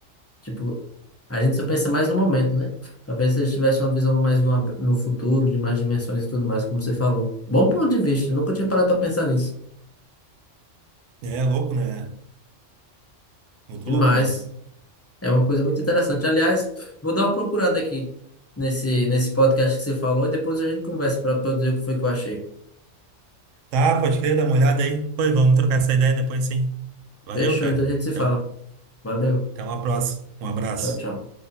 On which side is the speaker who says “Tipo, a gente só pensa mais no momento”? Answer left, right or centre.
Left